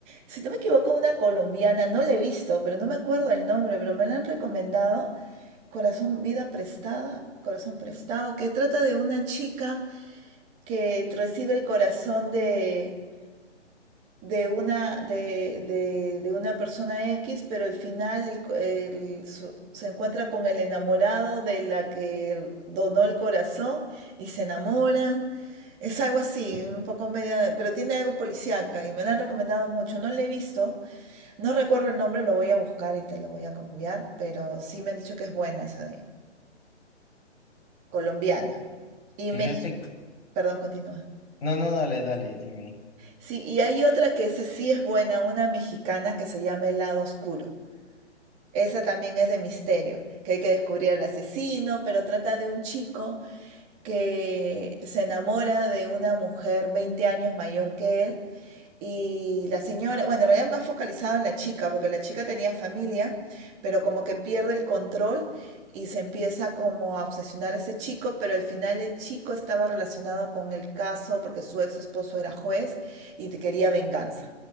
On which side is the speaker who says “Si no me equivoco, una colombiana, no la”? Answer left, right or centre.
Right